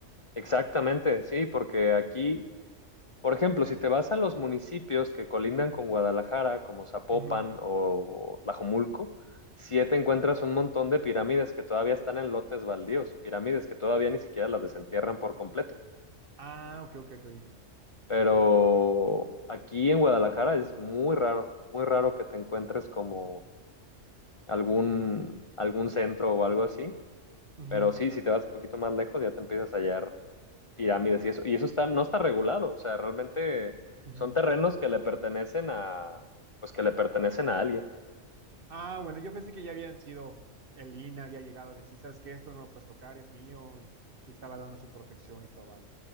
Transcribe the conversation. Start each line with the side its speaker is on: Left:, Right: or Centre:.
Left: exactamente, sí, porque aquí, por ejemplo, si te vas a los municipios que colindan con Guadalajara, como Zapopan
Right: Ujú.
Left: o Tlajomulco, sí te encuentras un montón de pirámides que todavía están en lotes baldíos, pirámides que todavía ni siquiera las desentierran por completo.
Right: Ah, ok, ok, ok.
Left: Pero aquí en Guadalajara es muy raro, muy raro que te encuentres como algún, algún centro o algo así.
Right: Ujú.
Left: Pero sí, si te vas un poquito más lejos, ya te empiezas a hallar pirámides y eso. Y eso está, no está regulado. O sea, realmente
Right: Ujú.
Left: son terrenos que le pertenecen a, pues que le pertenecen a alguien.
Right: Ah, bueno, yo pensé que ya habían sido, el INAH había llegado a decir, ¿sabes qué? Esto no lo puedes tocar, es mío, y, y estaba dando su protección y su aval.